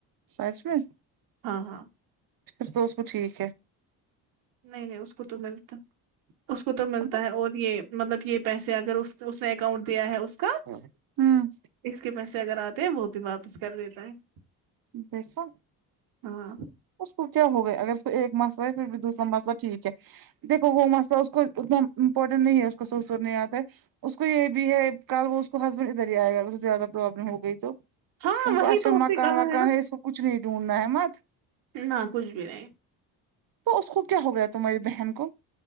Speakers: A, on the right (about 50°); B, on the right (about 75°).
A: سچ میں
B: ہاں ہاں
A: پھر تو اس کو ٹیک ہے
B: نہیں نہیں اس کو تو ملتا اس کو تو ملتا
A: مطلب۔
B: ہے اور یہ مطلب یہ پیسے اگر اس نے اکاؤنٹ دیا ہے اس کا
A: ہوں
B: اس کے پیسے اگر آتے ہیں وہ بھی واپس کر لیتا ہے
A: دیکھو
B: ہاں
A: اس کو کیا ہو گیا اگر اس ایک مسئلہ ہے پھر دوسرا مسئلہ ٹھیک ہے دیکو وہ مسئلہ اس کو ایک دم امپورٹنٹ نہیں ہے اس کو سولوے کرنے آتا ہے اس کو یہ بھی ہے کل وہ اس کو ادر ہی آئے گا اگر اس سے زیادہ پرابلم ہو گئی تو
B: ہاں
A: ان
B: وہی
A: کو اچھا
B: تو
A: مکان
B: اس نے کہا
A: وکان
B: نا
A: ہے اس کو کچھ نہیں ڈھونڈنا ہے مت
B: نہ کچھ بھی نہیں
A: تو اس کو کیا ہو گیا تمہاری بہن کو